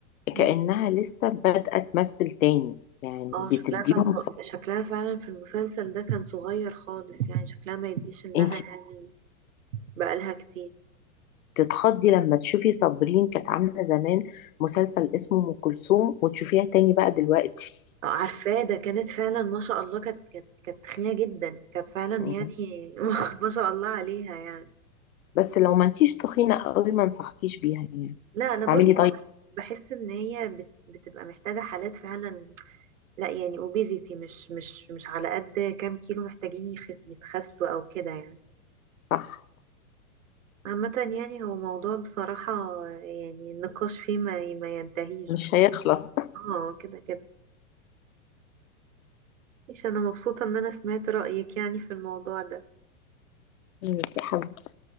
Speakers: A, on the right; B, on the left.
A: مم.
B: كأنها لسه بادئة تمثل تاني يعني
A: اه
B: بتديهم
A: شكلها كان ص-
B: ص-
A: شكلها فعلا في المسلسل ده كان صغير خالص يعني شكلها ما يديش انها
B: انت
A: يعني بقالها كتير
B: تتخضي لما تشوفي صابرين كانت عاملة زمان مسلسل اسمه أم كلثوم وتشوفيها تاني بقى دلوقتي
A: آه، عارفاه ده كانت فعلا ما شاء الله كانت كانت كانت تخينة جدا كانت فعلا يعني
B: مم.
A: <laughs> ما شاء الله عليها يعني
B: بس لو ما انتيش تخينة قوي ما انصحكيش بيها يعني
A: لا انا برضو
B: اعملي
A: بحس
B: دايت
A: بحس ان هي بت- بتبقى محتاجه حالات فعلا لا يعني اوبيزيتي مش مش مش على قد كام كيلو محتاجين يخس يتخسوا او كده يعني
B: صح
A: عامة يعني هو موضوع بصراحة يعني النقاش فيه ما ما ينتهيش
B: مش
A: بس
B: هيخلص
A: اه كده كده مش انا مبسوطة ان انا سمعت رأيك يعني في الموضوع ده
B: ماشي يا حبيبتي